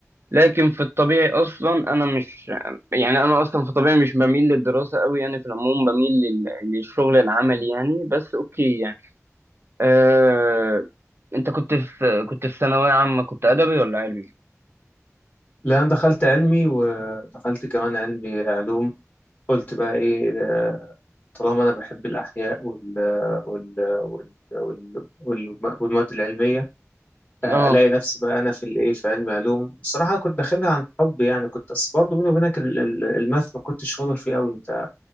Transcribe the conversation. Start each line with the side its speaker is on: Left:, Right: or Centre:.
Right: لكن في الطبيعي اصلا انا مش يعني انا اصلا في طبيعي مش بميل للدراسه قوي يعني في العموم بميل لل- للشغل العملي يعني بس اوكي يعني آه... انت كنت في كنت في ثانويه عامه كنت ادبي ولا علمي
Left: لا أنا دخلت علمي ودخلت كمان علمي علوم قلت بقى إيه آه، طالما أنا بحب الأحياء وال وال وال وال وال- والمواد العلمية آه،
Right: اه
Left: ألاقي نفسي بقى أنا في الإيه في علمي علوم الصراحة كنت داخلها عن حب يعني كنت بس برضه بيني وبينك ال- ال- الماث ما كنتش شاطر فيه أوي أنت